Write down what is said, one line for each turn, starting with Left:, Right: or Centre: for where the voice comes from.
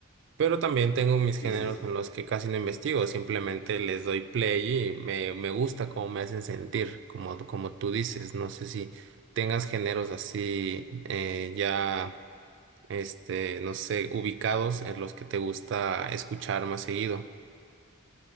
Right: Pero también tengo mis géneros
Left: Sí, sí, sí.
Right: en los que casi no investigo, simplemente les doy play y me, me gusta cómo me hacen sentir, como, como tú dices. No sé si tengas géneros así eh, ya, este, no sé, ubicados en los que te gusta escuchar más seguido.